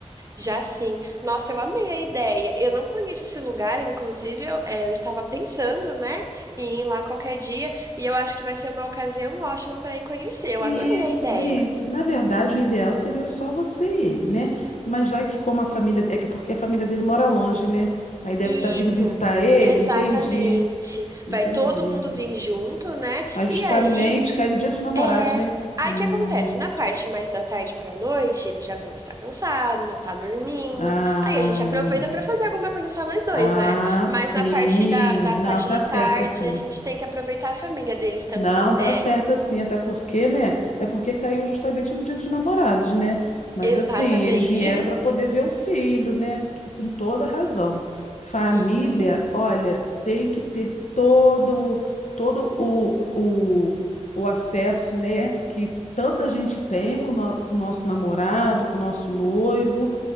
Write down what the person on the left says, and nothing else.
Isso,
isso. Na verdade, o ideal seria só você e ele, né? Mas já que como a família, é que porque a família dele mora longe, né? Aí deve
estar vindo visitar ele,
entendi. Entendi.
Aí justamente
cai no dia dos namorados,
né?
Hum,
ah,
ah,
sim.
Não, tá
certo
assim.
Não,
tá certo assim, até porque, né? É porque caiu justamente no Dia dos Namorados, né? Mas
assim, eles vieram para poder ver o filho, né? Com toda razão. Família,
olha, tem que ter todo, todo o, o, o acesso, né? Que tanta gente tem com, o no- com o nosso namorado, com o nosso noivo,